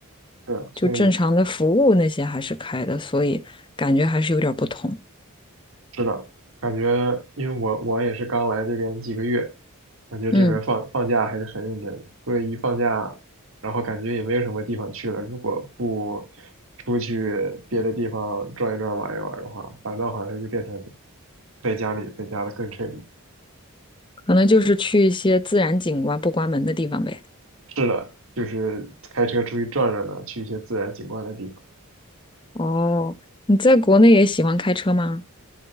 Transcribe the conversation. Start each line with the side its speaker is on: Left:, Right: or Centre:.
Right: 对啊所以。
Left: 就正常的服务那些还是开的，所以感觉还是有点儿不同。
Right: 是的，感觉因为我我也是刚来这边几个月，感觉这边放放假还是很认真的，
Left: 嗯。
Right: 所以一放假，然后感觉也没有什么地方去了。如果不出去别的地方转一转、玩一玩的话，反倒好像就变成在家里，在家的更彻底。
Left: 可能就是去一些自然景观不关门的地方呗。
Right: 是的，就是开车出去转转呢，去一些自然景观的地方。
Left: 哦，你在国内也喜欢开车吗？